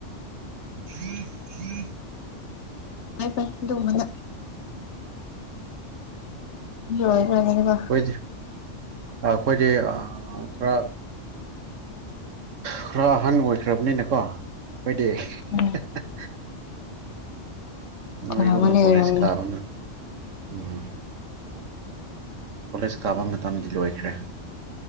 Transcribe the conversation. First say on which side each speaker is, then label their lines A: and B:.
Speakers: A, on the right; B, on the left.
A: <unintelligible>
B: ꯐꯏ ꯐꯥꯏ ꯗꯨꯝꯕꯅ ꯂꯣꯏꯔꯦ <unintelligible>
A: ꯑꯩꯈꯣꯏꯗꯤ ꯑꯩꯈꯣꯏꯗꯤ ꯈꯔ ꯈꯔ ꯑꯍꯟ ꯑꯣꯏꯈ꯭ꯔꯕꯅꯤꯅꯀꯣ <unintelligible>
B: ꯎꯝ
A: ꯅꯣꯏꯒꯨꯝꯅ
B: ꯑꯣꯏꯔꯝꯃꯅꯤ ꯑꯣꯏꯔꯝꯃꯅꯤ
A: ꯀꯂꯦꯖ ꯀꯥꯕꯃ ꯎꯝ ꯀꯣꯂꯦꯖ ꯀꯥꯕ ꯃꯇꯝꯗꯤ ꯂꯣꯏꯈ꯭ꯔꯦ